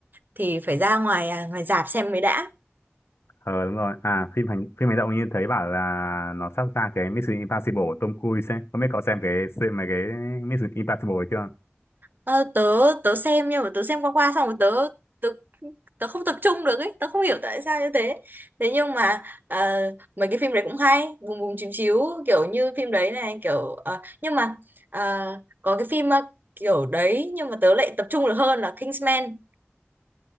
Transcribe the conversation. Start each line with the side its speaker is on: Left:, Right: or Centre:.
Right: thì phải ra ngoài à, ngoài rạp xem mới đã
Left: ờ đúng rồi à phim hành phim hành động như thấy bảo là nó sắp ra cái Mission Impossible của Tom Cruise ấy không biết cậu xem cái xem mà cái Mission Impossible ấy chưa
Right: Ờ, tớ tớ xem nhưng mà tớ xem qua qua xong rồi tớ tớ tớ không tập trung được ấy tớ không hiểu tại sao như thế thế nhưng mà ờ, mấy cái phim đấy cũng hay bùm bùm chiếu chiếu kiểu như phim đấy này kiểu ờ, nhưng mà ờ, có cái phim ờ, kiểu đấy nhưng mà tớ lại tập trung được hơn là Kingsman